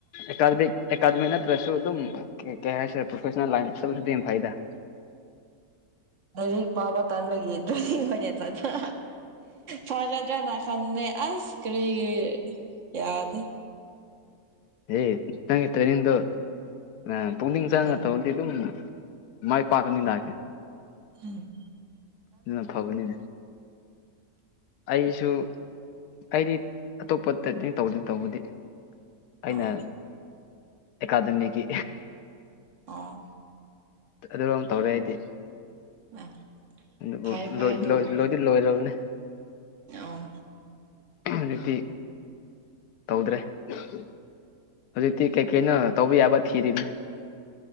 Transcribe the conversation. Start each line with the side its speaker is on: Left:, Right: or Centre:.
Left: ꯑꯦꯀꯥꯗꯃꯤꯛ ꯑꯦꯀꯥꯗꯃꯤꯛ ꯅꯠꯇ꯭ꯔꯁꯨ ꯑꯗꯨꯝ ꯀꯩ ꯍꯥꯏꯁꯤꯔꯦ ꯄ꯭ꯔꯣꯐꯦꯁꯅꯦꯜ ꯂꯥꯏꯟ ꯆꯠꯁꯨꯗꯤ ꯐꯩꯗ
Right: ꯂꯥꯏꯔꯤꯛ ꯄꯥꯕ ꯇꯥꯟꯕꯒꯤ ꯇꯔꯦꯅꯤꯡ ꯑꯣꯏꯅ ꯆꯠꯄ ꯐꯒꯗ꯭ꯔꯥꯅ ꯐꯟꯅꯦ ꯑꯁ ꯀꯔꯤꯒꯤ ꯌꯥꯗꯦ
Left: ꯑꯦ ꯅꯪꯒꯤ ꯇꯔꯦꯅꯤꯡꯗꯣ ꯑꯥ ꯄꯨꯛꯅꯤꯡ ꯆꯪꯉ
Right: ꯑꯥ
Left: ꯇꯧꯗꯤ ꯑꯗꯨꯝ ꯃꯥꯏ ꯄꯥꯛꯀꯅꯤꯅ
Right: ꯎꯝ
Left: ꯑꯗꯨꯅ ꯐꯕꯅꯦ ꯑꯩꯁꯨ ꯑꯩꯗꯤ ꯑꯇꯣꯞꯄ ꯇꯦꯅꯤꯡ ꯇꯧꯗꯦ ꯇꯧꯕꯗꯤ ꯑꯩꯅ
Right: ꯑꯥ
Left: ꯑꯦꯀꯥꯗꯃꯤꯒꯤ
Right: ꯑꯣ
Left: ꯑꯗꯨꯗꯨꯝ ꯇꯧꯔꯦ ꯑꯩꯗꯤ
Right: ꯑ
Left: ꯑꯗꯨꯕꯨ
Right: ꯐꯔꯦ ꯐꯔꯦ ꯑꯗꯨ
Left: ꯂꯣꯏ
Right: ꯑꯣꯏꯔꯦ
Left: ꯂꯣꯏꯗꯤ ꯂꯣꯏꯔꯕꯅꯦ
Right: ꯑꯣ
Left: ꯍꯧꯖꯤꯛꯇꯤ ꯇꯧꯗꯔꯦ ꯍꯧꯖꯤꯛꯇꯤ ꯀꯩꯀꯩꯅꯣ ꯇꯧꯕ ꯌꯥꯕ ꯊꯤꯔꯤꯞꯅꯤ